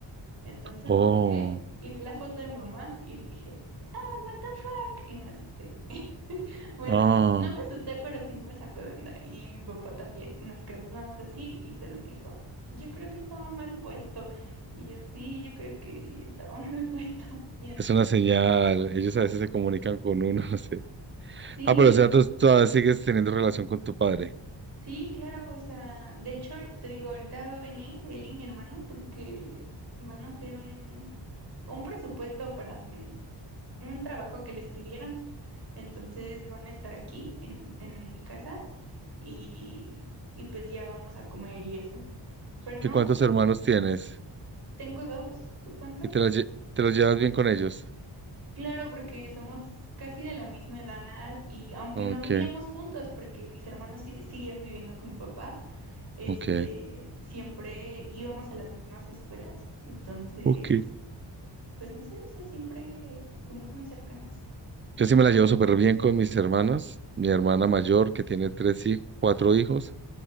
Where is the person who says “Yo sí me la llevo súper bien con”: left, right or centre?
Right